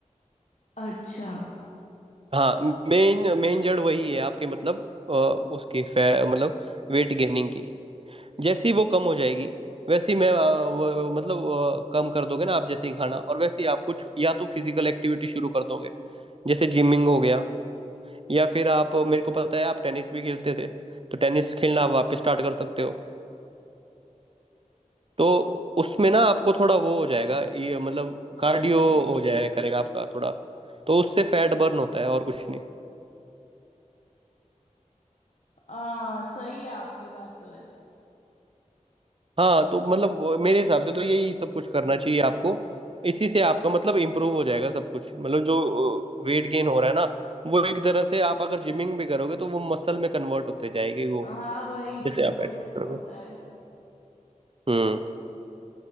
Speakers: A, on the left; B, on the right.
A: अच्छा
B: हाँ मेन मेन जड़ वही है आपके मतलब अ, उसकी फै मतलब वेट गेनिंग की जैसी वो कम हो जाएगी वैसी मैं अ, वो, मतलब अ, कम कर दोगे ना आप जैसे ही खाना और वैसे ही आप कुछ या तो फिजिकल एक्टिविटी शुरू कर दोगे जैसे जिमिंग हो गया या फिर आप मेरे को पता है आप टेनिस भी खेलते थे तो टेनिस खेलना आप वापस स्टार्ट कर सकते हो तो उसमें ना आपको थोड़ा वो हो जाएगा ये मतलब
A: हाँ
B: कार्डियो
A: सही बात
B: हो जाया
A: है
B: करेगा आपका थोड़ा तो उससे फैट बर्न होता है और कुछ
A: हाँ सही है आपकी बात तो वैसे
B: हाँ तो मतलब वो- मेरे हिसाब से तो यही सब कुछ करना चाहिए आपको इसी से आपका मतलब इम्प्रूव हो जाएगा सब कुछ मतलब जो वेट गेन हो रहा है ना वो एक तरह से आप अगर जिमिंग भी करोगे तो वो मसल में कन्वर्ट होते जाएगी वो
A: हाँ वही जिम
B: जैसे आप
A: तो
B: एक्सरसाइज
A: बेस्ट
B: करोगे
A: होता है
B: हम्म